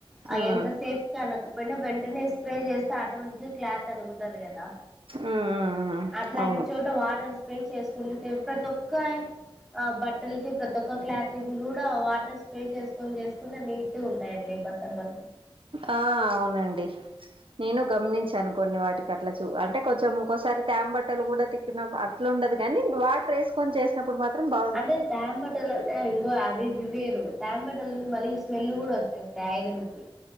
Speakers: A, in the centre; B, on the right (about 65°).
A: ఆ
B: ఉమ్
A: ఎంతసేప్ తనకపోయినా వెంటనే స్ప్రే చేస్తే ఆటోమేటిక్ గా క్లాత్ అనుగుతాది కదా
B: ఉమ్ ఉమ్
A: అట్లాంటి
B: అవును
A: చోట వాటర్ పే చేసుకున్న సేపు ప్రతి ఒక్క ఆ బట్టలకి ప్ర తి కొత్త క్లాత్ గి కూడా వాటర్ స్ప్రే చేసుకొని చేసుకుంటే నీట్ గా ఉంటాయండి బట్టలు కూడ
B: ఆ అవునండి నేను గమనించాను కొన్ని వాటికి అట్లా చూ అంటే కొంచెం ఒక్కసారి తేంబట్టలు కూడా తిక్కిన అట్లే ఉండదు కాని వాటర్ వేసుకొని చేసు కున్నప్పుడు మాత్రం బా
A: అంటే తేంబట్టలు అంటే ఇంగ అది ఇది వేరు తేంబట్టలు మళ్లీ స్మెల్ కూడా వచ్చాయ్ <unintelligible>